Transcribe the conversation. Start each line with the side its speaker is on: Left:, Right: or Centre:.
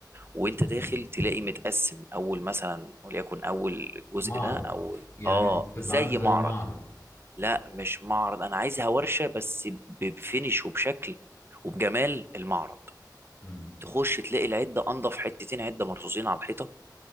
Right: وأنت داخل
Left: امم
Right: تلاقي متقسم أول مثلا وليكن أول جزء
Left: معرض
Right: ده أول
Left: يعني
Right: آه
Left: تبقى
Right: زي
Left: عامل زي
Right: معرض
Left: معرض
Right: لا مش معرض أنا عايزها ورشة بس ب- بفينش وبشكل وبجمال المعرض
Left: امم
Right: تخش تلاقي العدة أنضف حتتين عدة مرصوصين على الحيطة